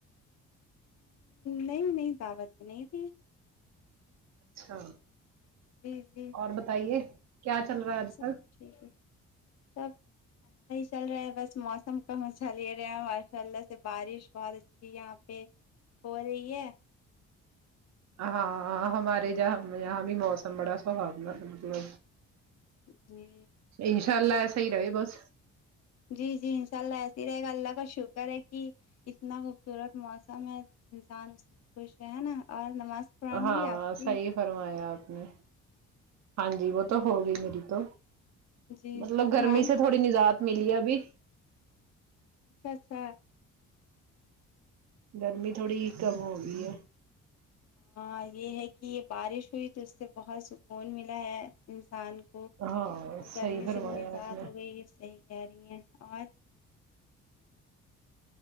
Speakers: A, on the left; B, on the right.
A: نہیں نہیں دعوت تو نہیں تھی
B: اچھا
A: جی جی
B: اور بتائیے کیا چل رہا ہے آج
A: سب
B: کل
A: ٹھیک ہے سب اچھا ہی چل رہا ہے بس موسم مزا لے رہے ہیں ماشاء اللہ سے بارش بہت اچھی یہاں پہ ہو رہی ہے
B: ہاں ہمارے ج
A: جی
B: یہاں بھی موسم بڑا سہاونا مطلب
A: جی
B: انشاء اللہ ایسے ہی رہے بس
A: جی جی انشاء اللہ ایسے ہی رہے گا اللہ کا شکر ہے کی اتنا خوبصورت موسم ہے انسان اس خوش رہے نا اور نماز قرآن
B: ہاں
A: ہوئی آپ کی
B: صحیح فرمایا اپ نے ہاں جی وہ تو ہو گئی میری تو
A: جی
B: مطلب گرمی
A: قرآن
B: سے تھوڑی نجات ملی ابھی
A: اچھا اچھا
B: گرمی تھوڑی کم ہو گئی ہے
A: ہاں یہ ہے کہ یہ بارش ہوئی تو اس سے بہت سکون ملا ہے انسان کو
B: ہاں
A: اور
B: صحیح
A: گرمی
B: فرمایا
A: سے بھی نزات
B: آپ نے
A: ہو گئی ہے صحیح کہہ رہی ہیں آج